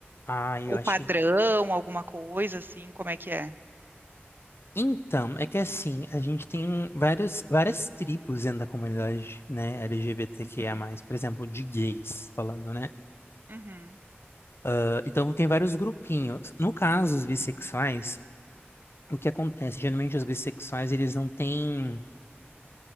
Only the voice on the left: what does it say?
Ah, eu
acho
que
Então, é que assim, a gente tem vários, várias tribos dentro da comunidade, né, L G B T Q
I A mais por exemplo, de gays, falando, né?
Ah, Então, tem vários grupinhos. No caso, os bissexuais, o que acontece? Geralmente, os bissexuais, eles não têm